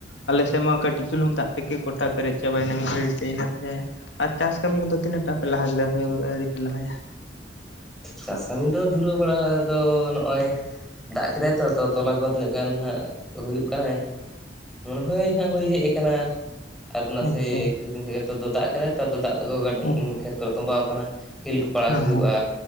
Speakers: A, on the left; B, in the centre.
A: ᱟᱞᱮ ᱥᱮᱫ ᱢᱟ ᱠᱟᱹᱴᱤᱡ ᱪᱩᱞᱩᱝ ᱫᱟᱜ ᱛᱮᱜᱮ ᱜᱚᱴᱟ ᱯᱮᱨᱮᱡ ᱪᱟᱵᱟᱭᱮᱱᱟ ᱢᱤᱫ ᱜᱷᱟᱹᱲᱤᱡ ᱛᱮ ᱤᱱᱟᱜ ᱛᱮ ᱟᱨ ᱪᱟᱥ ᱠᱟᱹᱢᱤ ᱠᱚᱫᱚ ᱛᱤᱱᱟᱹᱜ ᱴᱟ ᱯᱮ ᱞᱟᱦᱟ ᱠᱮᱫᱟ ᱟᱹᱣᱨᱤ ᱯᱮ ᱞᱟᱦᱟᱭᱟ?
B: ᱪᱟᱥ ᱠᱟᱹᱢᱤ ᱫᱚ ᱫᱷᱩᱨᱟᱹᱣ ᱵᱟᱲᱟ ᱫᱚ ᱱᱚᱜ ᱚᱚᱭ ᱫᱟᱜ ᱠᱮᱫᱟᱭ ᱛᱚ ᱛᱚᱞᱟ ᱜᱟ ᱛᱤᱱᱟᱹᱜ ᱜᱟᱱ ᱦᱟᱸ ᱦᱩᱭᱳᱜ ᱠᱟᱱᱟ ᱢᱚᱱᱮ ᱦᱳᱭ ᱦ ᱦᱳᱭ ᱦᱮᱡ ᱟᱠᱟᱱᱟ ᱟᱨ ᱱᱟᱥᱮ
A: ᱟᱪᱪᱷᱟ
B: ᱠᱤᱪᱷᱩ ᱫᱤᱱ ᱠᱷ ᱫᱚ ᱫᱟᱜ ᱠᱟᱱᱟᱭ ᱛ ᱫᱟᱜ ᱰᱟ
A: ᱦᱮᱸ
B: ᱠᱷᱮᱛ ᱠᱚᱨᱮ ᱛᱚᱸᱵᱟᱣ ᱟᱠᱟᱱᱟ ᱠᱷᱮᱞ ᱠᱚ ᱯᱟᱲᱟᱣ ᱦᱩᱭᱩᱜᱼᱟ
A: ᱦᱮᱸ